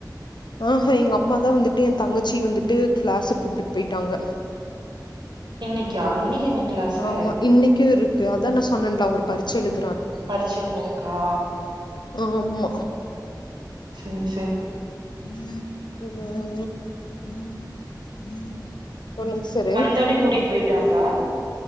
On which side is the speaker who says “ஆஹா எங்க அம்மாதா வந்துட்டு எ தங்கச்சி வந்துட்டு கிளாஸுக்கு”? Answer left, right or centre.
Left